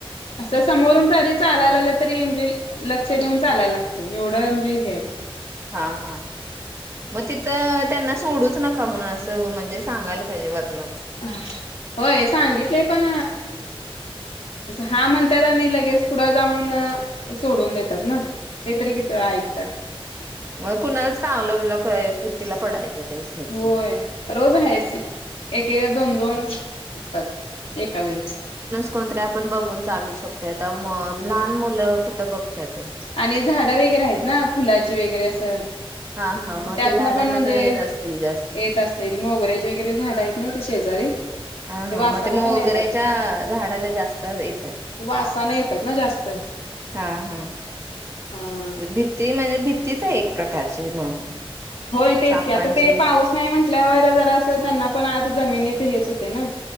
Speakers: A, on the left; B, on the right.
A: असं समोरून तरी चालायला आलं तरी म्हणजे लक्ष देऊन चालायला लागतय एवढं म्हणजे हेय
B: हा हा मग तिथं त्यांना सोडूच नका म्हणून असं म्हणजे सांगायला पाहिजे वरन
A: ह होय सांगितलेय पण हा म्हणत्यात आणि लगेच पुढं जाऊन सोडून देत्यात ना तेज्ञतरी किती वेळा ऐकत्यात
B: मग कुणा चांगलं तिला कितीला पडायचं ते तेच हेच
A: होय रोज आहेच एकेका दोन दोन असतात एका वेळे
B: कोणतर आपण बघून चालू शकतो आता म लहान मुलं कुठं बघत्यात
A: आणि झाडं वगैरे आहेत ना फुलाचे वगैरे असं
B: हा हा मग
A: त्यातनं
B: ते झाडांना
A: पण म्हणजे
B: त्याने येत असतील जास्त
A: येत असतील मोगऱ्याचे वगैरे झाडं आहेत ना ते शेजारी ते
B: हा हा
A: वासान
B: मग ते मोगऱ्याच्या
A: पण येत्यात
B: झाडाला जास्त येतात
A: वासाना येत्यात ना जास्त
B: हा हा
A: हा.
B: भीती म्हणजे भीतीच हाय एक प्रकारची मग
A: होय तेच
B: सापांची
A: घ्या आता ते पाऊस नाही म्हटल्यावर जरा असं त्यांना पण आता जमिनीत हेच होतय ना